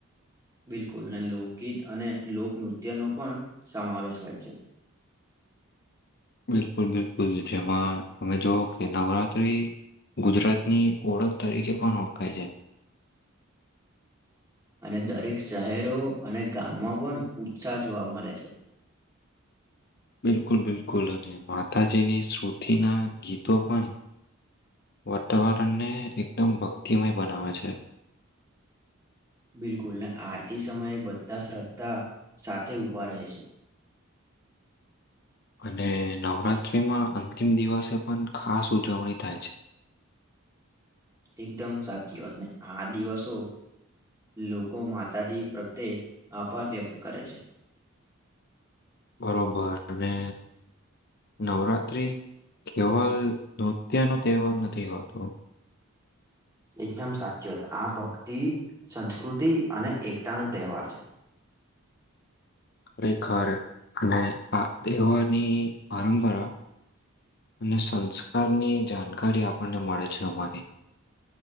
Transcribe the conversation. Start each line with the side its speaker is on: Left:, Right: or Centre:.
Right: બિલકુલ અને લોકગીત અને લોકનૃત્યનો પણ સમાવેશ હોય છે
Left: બિલકુલ બિલકુલ જેમાં તમે જોવ કે નવરાત્રી ગુજરાતની ઓળખ તરીકે પણ ઓળખાય છે
Right: અને દરેક શહેરો અને ગામમાં પણ ઉત્સાહ જોવા મળે છે
Left: <inaudible> <inaudible> બિલકુલ બિલકુલ અને માતાજીની શ્રુતિના ગીતો પણ વાતાવરણને એકદમ ભક્તિમય બનાવે છે
Right: બિલકુલ ને આરતી સમયે બધા શ્રદ્ધા સાથે ઊભા રહે છે
Left: <inaudible> <inaudible> અને નવરાત્રિમાં અંતિમ દિવસે પણ ખાસ ઉજવણી થાય છે <inaudible> <inaudible>
Right: એકદમ સાચી વાત ને આ દિવસો લોકો માતાજી પ્રત્યે આભાર વ્યક્ત કરે છે
Left: બરોબર અને નવરાત્ર્રી કેવલ નૃત્યનો તહેવાર નથી હોતો
Right: એકદમ સાચી વાત આ ભક્તિ સંસ્કૃતિ અને એકતા નો તહેવાર છે
Left: ખરેખર અને આ દેવની પરંપરા અને સંસ્કારની જાણકારી આપણને મળે છે અમારી